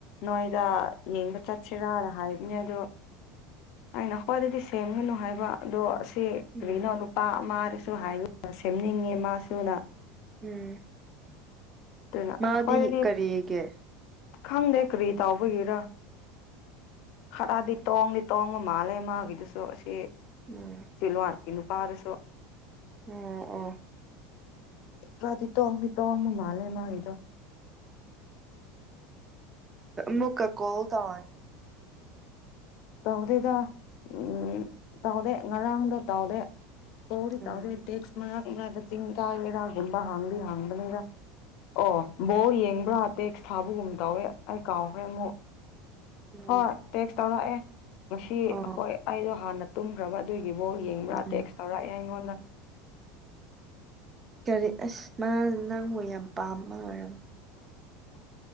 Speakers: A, on the left (about 60°); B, on the right (about 25°).
A: ꯅꯣꯏꯗ ꯌꯦꯡꯕ ꯆꯠꯁꯤꯔꯥꯅ ꯍꯥꯏꯕꯅꯦ ꯑꯗꯣ ꯑꯩꯅ ꯈ꯭ꯋꯥꯏꯗꯗꯤ ꯁꯦꯝꯒꯅꯨ ꯍꯥꯏꯕ ꯑꯗꯣ ꯑꯁꯤ ꯀꯔꯤꯗꯒꯤꯒꯤꯅꯣ
B: ꯎꯝ
A: ꯅꯨꯄꯥ ꯑꯃꯗꯁꯨ ꯍꯥꯏ ꯁꯦꯝꯅꯤꯡꯉꯦ ꯃꯥꯁꯨꯅ
B: ꯎꯝ
A: ꯑꯗꯨꯅ
B: ꯃꯥꯗꯤ
A: ꯑꯩꯈꯣꯏꯗꯗꯤ
B: ꯀꯔꯤꯒꯤ
A: ꯈꯪꯗꯦ ꯀꯔꯤ ꯇꯥꯎꯕꯒꯤꯔ ꯈꯔꯗꯤ ꯇꯣꯡꯗꯤ ꯇꯣꯡꯕ ꯃꯥꯜꯂ ꯃꯥꯒꯤꯗꯨꯁꯨ ꯑꯁꯤ
B: ꯎꯝ
A: ꯁꯤꯜꯂꯨꯋꯥ ꯅꯨꯄꯥꯔꯁꯨ
B: ꯎꯝ ꯑꯣ
A: ꯈ꯭ꯔꯥꯗꯤ ꯇꯣꯡꯗꯤ ꯇꯪꯡꯕ ꯃꯥꯜꯂꯦ ꯃꯥꯒꯤꯗꯣ
B: ꯃꯀꯥ ꯀꯣ ꯇ
A: ꯇꯥꯎꯗꯦꯗ ꯎꯎꯝ ꯇꯥꯎꯗꯦ ꯉꯔꯥꯡꯗ ꯇꯥꯎꯗꯦ ꯇꯧꯗꯤ
B: ꯎꯝ
A: ꯇꯥꯎꯗꯦ ꯇꯦꯛꯁ ꯃꯗ ꯇꯤꯡ ꯇꯑꯒꯦꯔꯒꯕ ꯍꯥꯡꯕꯤ ꯍꯥꯡꯕꯅꯦꯔ ꯑꯣ ꯕꯣꯜ ꯌꯦꯡꯕ꯭ꯔꯥ ꯇꯦꯛꯁ ꯊꯥꯕꯒꯨꯝ ꯇꯧꯋꯦ ꯑꯩ ꯀꯥꯎꯈ꯭ꯔꯦ ꯑꯃꯨꯛ
B: ꯎꯝ
A: ꯍꯣꯏ ꯇꯦꯛꯁ ꯇꯧꯔꯛꯑꯦ ꯉꯁꯤ
B: ꯑꯣ
A: ꯑꯩꯈꯣꯏ ꯑꯩꯗꯣ ꯍꯥꯟꯅ ꯇꯨꯝꯈ꯭ꯔꯕ ꯑꯗꯨꯏꯒꯤꯕꯨꯣ ꯌꯦꯡꯕ꯭ꯔꯥ
B: ꯎꯝ
A: ꯇꯦꯛꯁ ꯇꯧꯔꯛꯑꯦ ꯑꯩꯉꯣꯟꯗ
B: ꯀꯔꯤ ꯑꯁ ꯃꯥ ꯅꯪꯕꯨ ꯌꯥꯝ ꯄꯥꯝꯃ ꯍꯥꯏꯔꯝ
A: <inaudible>